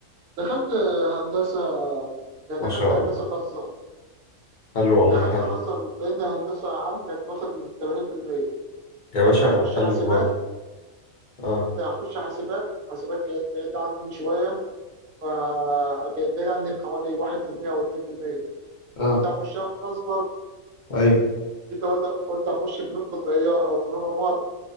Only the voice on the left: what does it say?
ما
شاء
الله
حلو والله
حلو
يا
باشا
حلو
برضه اه
اه
ايوه